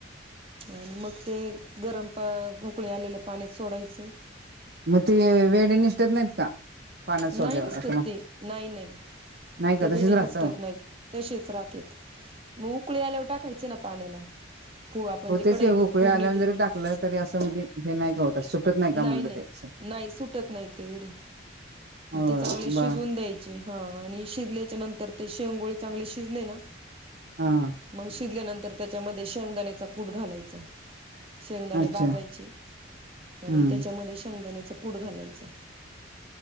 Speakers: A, on the right; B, on the right.
A: आणि मग ते गरम पा उकळी आलेल्या पाण्यात सोडायचं.
B: मग ते वेळे निष्ठत नाहीत का पाण्यात सोडल्यावर
A: नाही निसतत
B: असं मग
A: ते नाही नाही
B: नाही का
A: ते
B: तसेच
A: वेडे निसतत
B: राहतं
A: नाही तसेच राहतेत मग उकळी आलेवटा खयचे ना पाण्याला पू आपण
B: होतेच
A: जेकडे
B: की
A: य
B: उकळी
A: तू खूड
B: आल्यावर जरी
A: दि
B: टाकलं तरी असं म्हणजे हे नाही का होत का
A: नाही
B: म्हणलं
A: नाही
B: ते असं
A: नाही सुटत नाही तेकडे
B: हो
A: ते चांगले शिजवून
B: ब
A: द्यायचे हा आणि शिजल्याच्या नंतर ते शेवंगोळी चांगले शिजले ना
B: हा
A: मग शिजल्यानंतर त्याच्यामध्ये शेंगदाण्याचा कूट घालायचा शेंगदाणे
B: अच्छा
A: बाजायचे आणि
B: हम्म
A: त्याच्यामध्ये शेंगदाण्याच कूड घालायचं